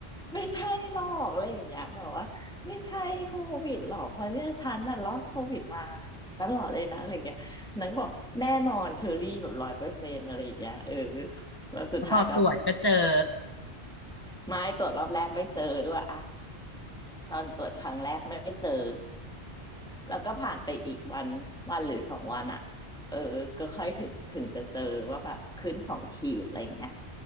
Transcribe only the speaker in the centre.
ไม่ใช่หรอกอะไรอย่างเงี้ยแบบว่า ไม่ใช่โควิดหรอกเพราะเนี่ยฉันน่ะรอดโควิดมาตลอดเลยนะอะไรอย่างเงี้ยนางก็บอกแน่นอนเชอรี่แบบร้อยเปอร์เซ็นต์อะไรอย่างเงี้ยเออแล้วสุดท้ายก็
ไม่ตรวจรอบแรกไม่เจอด้วยอะตอนตรวจครั้งแรกไม่เจอแล้วก็ผ่านไปอีกวันวันหรือสองวันอะเออก็ค่อยถึงถึงจะเจอว่าแบบขึ้นสองขีดอะไรอย่างเงี้ย